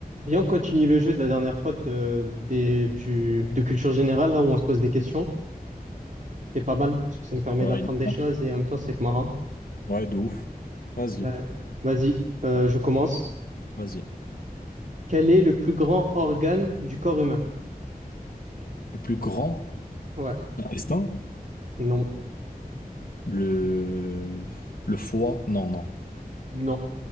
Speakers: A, on the right; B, on the left.
A: Viens, on continue le jeu de la dernière fois de, des- du, de culture générale, là où on se pose des questions. C'est pas mal, parce que ça nous permet
B: Ouais,
A: d'apprendre
B: il est
A: des
B: bien.
A: choses et en même temps, c'est marrant.
B: Ouais, de ouf. Vas-y,
A: Euh, vas-y, euh, je commence.
B: vas-y.
A: Quel est le plus grand organe du corps humain?
B: Le plus grand
A: Ouais,
B: intestin?
A: non,
B: Le... Le foie? Non, non.
A: non.